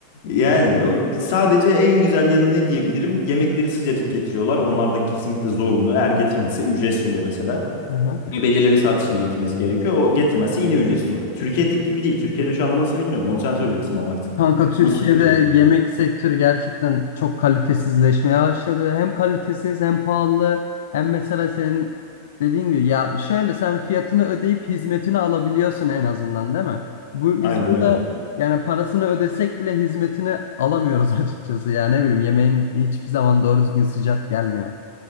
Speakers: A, on the left (about 60°); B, on the left (about 80°).
A: Yani o- sadece en güzel yanı ne diyebilirim? Yemekleri sıcacık getiriyorlar. Onlar da kesinlikle zorunlu. Eğer getirmezse ücretsiz oluyor mesela.
B: Aha.
A: Ve belirli bir saat içinde getirmesi gerekiyor. O getirmezse yine ücretsiz oluyor. Türkiye'deki gibi değil. Türkiye'de şu anda nasıl bilmiyorum. Onu sen söyleyeceksin bana artık.
B: Kanka Türkiye'de
A: Nasıl oluyor şey bilirim.
B: yemek sektörü gerçekten çok kalitesizleşmeye başladı. Hem kalitesiz hem pahalı hem mesela senin dediğin gibi ya şöyle sen fiyatını ödeyip hizmetini alabiliyorsun en azından değil mi? Bu,
A: Aynen
B: biz burada
A: öyle.
B: yani parasını ödesek bile hizmetini alamıyoruz <laughs> açıkçası. Yani ne bileyim yemeğim hiçbir zaman doğru düzgün sıcak gelmiyor.